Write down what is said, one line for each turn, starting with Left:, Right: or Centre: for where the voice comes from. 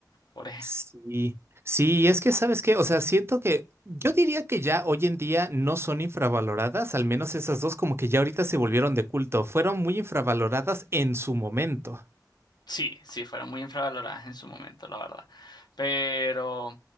Left: Por ej-
Right: Sí, sí, y es que sabes qué, o sea, siento que yo diría que ya hoy en día no son infravaloradas, al menos esas dos como que ya ahorita se volvieron de culto, fueron muy infravaloradas en su momento.
Left: Sí, sí, fueron muy infravaloradas en su momento, la verdad. Pero,